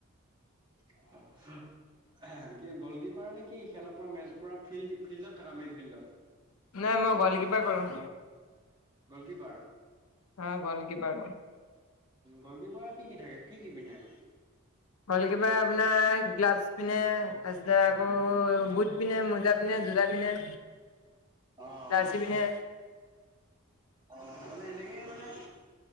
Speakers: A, on the right; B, on the left.
A: কি গ'ল কিপাৰ নে কি খেলা পুৰা মেল-পুৰা ফিল্ড ফিল্ডত থকা মেইন ফিল্ডত?
B: নাই, মই গ'ল কিপাৰ কৰোঁ।
A: গ'লকিপাৰ?
B: হা, গ'ল কিপাৰ মই।
A: গল্কীপাৰত কি কি থাকে কি কি পিন্ধে?
B: গল্কীপাৰ আপোনাৰ গ্লাচ পিন্ধে তাৰপিছতে আকৌ বুট পিন্ধে, মোজা পিন্ধে, জোতা পিন্ধে।
A: অঁহ
B: জাৰ্চি পিন্ধে
A: অঁ মানে এনেকেই মানে